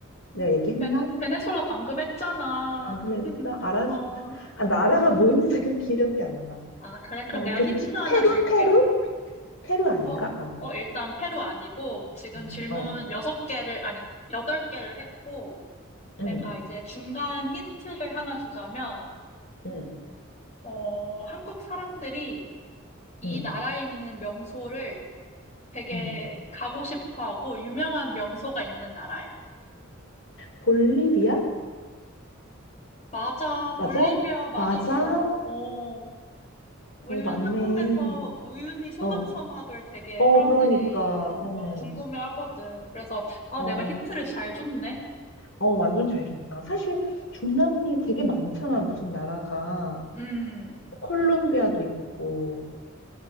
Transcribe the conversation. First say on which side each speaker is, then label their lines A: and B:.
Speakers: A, on the left (about 70°); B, on the left (about 35°).
A: 내가 얘기했나?
B: 베, 베네수엘라 방금 했잖아.
A: 방금 했어?
B: <laughs>
A: 알았어.
B: 어,
A: 아, 나라가 뭐였는지 잠깐 기억이 안 나.
B: 아, 그래.
A: 어,
B: 그럼 내가
A: 그,
B: 힌트
A: 기-
B: 하나
A: 페루?
B: 줄게.
A: 페루? 페루 아닌가?
B: 어,
A: 어,
B: 어, 일단 페루 아니고 지금
A: 음,
B: 질문
A: 어,
B: 여섯 개를 아니, 여덟 개를 했고
A: 응,
B: 내가 이제 중간 힌트를 하나 주자면
A: 응,
B: 어, 한국 사람들이 이
A: 응,
B: 나라에 있는 명소를 되게
A: 응.
B: 가고 싶어 하고 유명한 명소가 있는 나라야.
A: 볼리비아?
B: 맞아.
A: 맞아?
B: 볼리비아 맞았어.
A: 맞아.
B: 어. 왜냐면
A: 어, 맞네.
B: 한국에서 우유니 소금
A: 어,
B: 사막을 되게
A: 어,
B: 사람들이
A: 그러니까, 어,
B: 어, 궁금해 하거든. 그래서 아,
A: 어,
B: 내가 힌트를 잘 줬네.
A: 어, 완전 잘 줬다. 사실 중남미 되게 많잖아, 무슨 나라가.
B: 음.
A: 어, 콜롬비아도 있고,